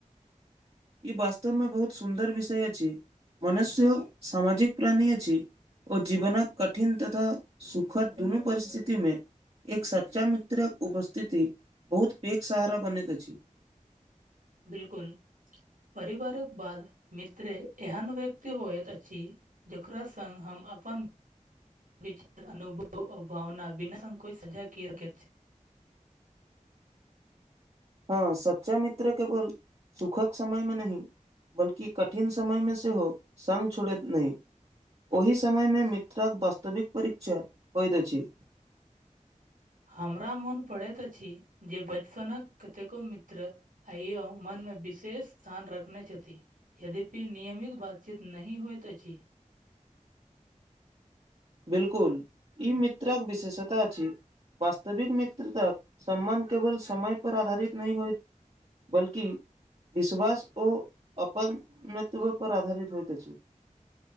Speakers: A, on the right (about 50°); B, on the right (about 90°).
A: ई वास्तवमे बहुत सुन्दर विषय अछि मनुष्य सामाजिक प्राणी अछि ओ जीवनक कठिन तथा सुखद दुनू परिस्थितिमे एक सच्चा मित्रक उपस्थिति बहुत पेघ सहारा बनैत अछि
B: बिल्कुल परिवारक बाद मित्रे एहन व्यक्ति होइत अछि जकरा सङ्ग हम अपन विचार अनुभव आ भावना बिना संकोच सजा क सक
A: हँ सच्चा मित्र केवल सुखक समय मे नहि बल्कि कठिन समय मे सेहो संग छोड़ैत नहि ओहि समयमे मित्रक वास्तविक परीक्षा होइत अछि
B: हमरा मोन पड़ैत अछि जे बचपनक कतेको मित्र आइयो मनमे विशेष स्थान रखने छथि यद्यपि नियमित बातचीत नहि होइत अछि
A: बिल्कुल ई मित्रक विशेषता अछि वास्तविक मित्रताक सम्मान केवल समय पर आधारित नहि होय बल्कि विश्वास ओ अपन नेत्व पर आधारित होइत अछि